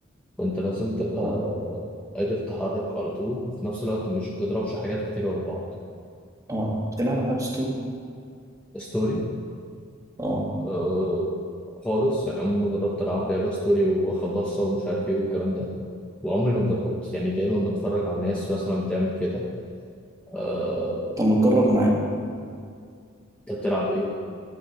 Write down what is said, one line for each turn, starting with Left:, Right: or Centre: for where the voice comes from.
Centre: فأنت لازم تبقى
Right: اه
Centre: قادر تتحرك على طول وفي نفس الوقت مش بتضربش حاجات كتير ورا بعض
Right: اه بتلعب ألعاب ستوري؟
Centre: ستوري
Right: اه
Centre: آه خالص يعني عمري ما جربت ألعب لعبة ستوري وأخلصها ومش عارف إيه والكلام ده وعمري ما جربت يعني دايما بتفرج على الناس مثلا بتعمل كده آه،
Right: طب ما تجرب معايا
Centre: انت بتلعب ايه؟